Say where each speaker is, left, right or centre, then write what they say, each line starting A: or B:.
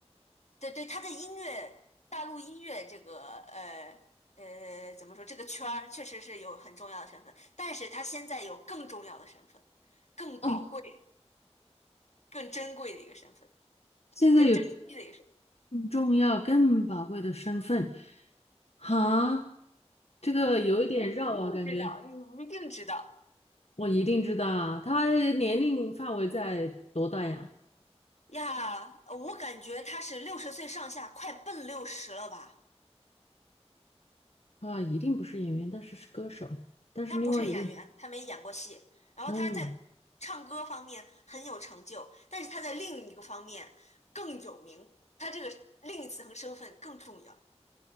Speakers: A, on the left; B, on the left.
A: 对对他的音乐，大陆音乐这个呃呃怎么说这个圈儿，确实是有很重要的身份，但是他现在有更重要的身份，更宝贵、
B: 哦，
A: 更珍贵的一个身份，
B: 现在有
A: 更珍惜的一个身份，
B: 更重要、更宝贵的身份，哈，这个有一点绕啊，
A: 你一定知道，
B: 感觉
A: 你一定知道
B: 我一定知道啊。他年龄范围在多大呀？
A: 呀！我感觉他是六十岁上下，快奔六十了吧。
B: 啊，一定不是演员，但是是歌手，但是另外一个，
A: 他不是演员，他没演过戏。然后他在唱歌方面很有成就，
B: 嗯，
A: 但是他在另一个方面更有名，他这个另一层身份更重要。